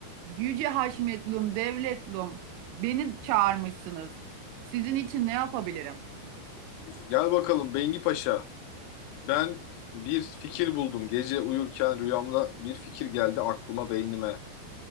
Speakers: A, on the right; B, on the left.
A: Yüce Haşmetlum, Devletlum, beni çağırmışsınız. Sizin için ne yapabilirim?
B: Gel bakalım Bengi Paşa. Ben bir fikir buldum. Gece uyurken rüyamda bir fikir geldi aklıma, beynime.